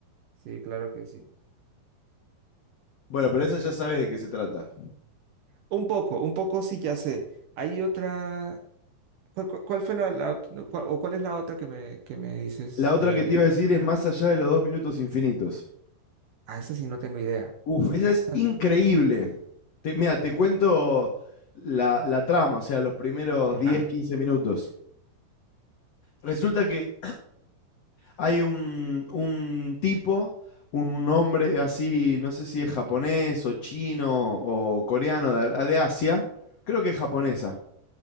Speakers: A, on the right; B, on the left.
A: sí, claro que sí.
B: Bueno, pero esa ya sabes de qué se trata.
A: Un poco, un poco sí ya sé. Hay otra, ¿cuál, cuál- cuál fue la, la ot- no, cuál- o cuál es la otra que me, que me dices
B: La otra
A: de,
B: que te iba a decir es Más allá de los dos minutos infinitos.
A: ah, esa sí no tengo idea.
B: Uf, esa es
A: Ah,
B: increíble. Te- mira, te cuento la, la trama, o sea, los primeros
A: Ajá,
B: 10, 15 minutos. Resulta que Hay un, un tipo, un hombre así, no sé si es japonés o chino o coreano de, de Asia, creo que es japonesa,